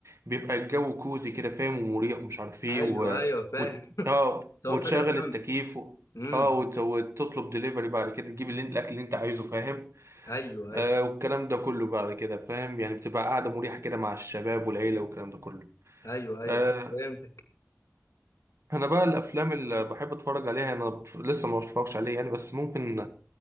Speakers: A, on the right (about 60°); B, on the left (about 80°).
A: بيبقى الجو كوزي كده فاهم ومريح ومش عارف ايه
B: ايوه
A: و...
B: ايوه فاهم
A: وت... اه
B: ده
A: وتشغل
B: هو فكره فاهم
A: التكييف و...
B: امم
A: اه وت... وتطلب ديليفري بعد كده تجيب اللي... الاكل اللي انت عايزه فاهم
B: ايوه ايوه
A: آه والكلام ده كله بعد كده فاهم يعني بتبقى قاعدة مريحة كده مع الشباب والعيلة والكلام ده كله
B: ايوه ايوه
A: آه
B: صح فهمتك
A: أنا بقى الأفلام اللي بحب أتفرج عليها أنا بف- لسه ما بتفرجش عليه يعني بس ممكن